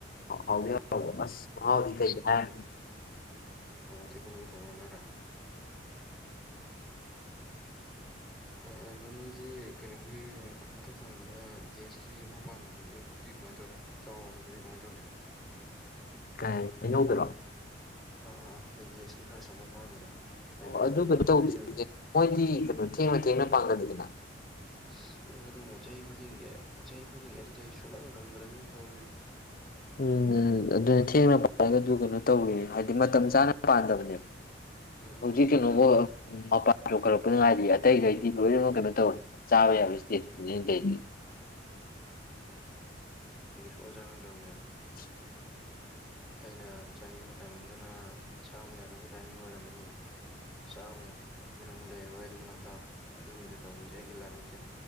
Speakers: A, on the left; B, in the centre.
A: ꯍ ꯌꯥ ꯑꯣꯁ ꯋꯥꯥꯎꯗꯤ ꯀꯩ ꯍꯥꯏ
B: ꯇ ꯀ ꯇꯂꯣꯅꯔꯥ ꯑ ꯑꯗꯨꯅꯣꯏ ꯒꯤ ꯀꯩꯅꯣꯒꯤ ꯃꯊꯛ ꯊꯣꯡꯕꯗ ꯑꯗ ꯗꯦꯁꯀꯤ ꯑꯃ ꯄꯥꯟꯕꯗꯨꯗꯤ ꯑꯗꯨꯗꯤ ꯀꯃꯥꯏꯅ ꯇꯧꯔꯦ ꯆꯥꯎꯔꯕ ꯑꯗꯨꯗꯤ ꯀꯃꯥꯏꯅ ꯇꯧꯒꯦ
A: ꯀꯉꯧꯗꯔꯣ
B: ꯑꯥ ꯑꯥ ꯑꯥ ꯅꯣꯏ ꯗꯦꯁꯀꯤ ꯈꯔ ꯁꯣꯄꯐꯝ ꯄꯥꯟꯕꯥꯝꯕꯗꯣ ꯍꯥꯏꯗꯤ
A: ꯑꯣ
B: ꯑꯩꯗꯤ
A: ꯑꯗꯨ ꯀꯩꯅꯣ
B: ꯑꯗꯨꯗ
A: ꯇꯧꯗ꯭ꯔꯤꯅꯦ
B: ꯌꯦꯡꯉꯗ
A: ꯃꯣꯏꯗꯤ ꯀꯩꯅꯣ ꯊꯦꯡꯅ ꯊꯦꯡꯅ ꯄꯥꯡꯒꯜꯂꯤꯗꯅ
B: ꯈꯨꯁ ꯅꯣꯏ ꯑꯗꯨꯃ ꯆꯍꯤ ꯈꯨꯗꯤꯡꯒꯤ ꯆꯍꯤ ꯈꯨꯗꯤꯡ ꯑꯗꯨꯗ ꯑꯩ ꯁꯨꯡꯂꯪ ꯅꯪꯗ꯭ꯔꯕꯅꯤꯅ ꯇꯧꯔꯤ
A: ꯎꯝ ꯎ ꯑꯗꯨꯅ ꯊꯦꯡꯅ ꯄꯥꯏꯔꯒ ꯑꯗꯨ ꯀꯩꯅꯣ ꯇꯧꯈꯤꯅꯦ ꯍꯥꯏꯗꯤ ꯃꯇꯝ ꯆꯥꯅ ꯄꯥꯟꯗꯕꯅꯦꯕ
B: ꯎꯝ ꯎꯝ
A: ꯍꯧꯖꯤ ꯀ ꯅꯃꯣ ꯄ ꯈꯔ ꯑꯗꯨꯅꯨꯡꯉꯥꯏꯔꯤ ꯑꯇꯩꯒꯩꯗꯤ ꯂꯣꯏꯅꯃꯛ ꯀꯩꯅꯣ ꯇꯧꯅꯤ ꯆꯥꯕ ꯌꯥꯕ ꯏꯁꯇꯦ ꯂꯣꯏ ꯂꯩ
B: ꯄꯨꯣ ꯆꯥꯟꯅꯗ꯭ꯔꯕꯅꯦꯕ
A: <inaudible>
B: ꯑꯩꯅ ꯆꯥꯅꯤꯡꯕ ꯇꯥꯏꯃꯟꯗꯨꯅ ꯆꯥꯕ ꯌꯥꯗꯕ ꯇꯥꯏꯃꯤꯡ ꯑꯣꯏꯔꯝꯃꯅꯤ ꯆꯥꯕ ꯌꯥꯗꯨꯅ ꯑꯃꯨꯛ ꯂꯩꯔꯔꯣꯏ ꯑꯗꯨ ꯃꯅꯥꯛꯇ ꯑꯗꯨꯅꯤꯗ ꯇꯧꯔꯤꯁꯦ ꯑꯩꯒꯤ ꯂꯥꯏꯕꯛꯁꯦ